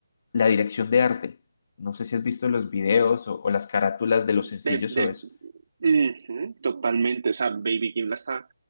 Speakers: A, on the left; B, on the right.
A: la dirección de arte, no sé si has visto los videos o, o las carátulas de los
B: De,
A: sencillos
B: de-
A: o eso,
B: Ujú, totalmente, o sea, Baby Kim la está...